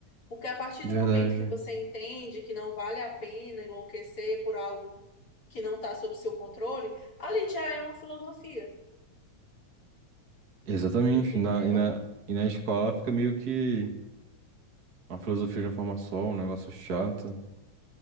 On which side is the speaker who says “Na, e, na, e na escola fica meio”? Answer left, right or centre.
Right